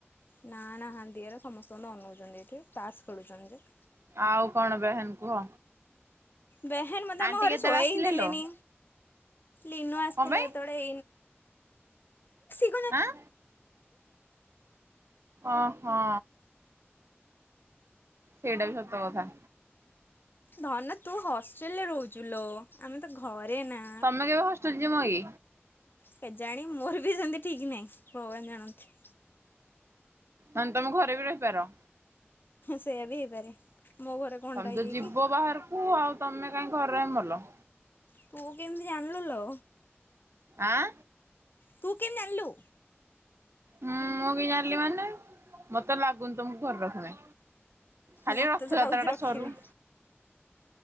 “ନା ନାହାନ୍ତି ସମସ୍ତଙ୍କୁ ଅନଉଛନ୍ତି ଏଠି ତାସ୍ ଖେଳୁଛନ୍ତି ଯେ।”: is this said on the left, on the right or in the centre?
Left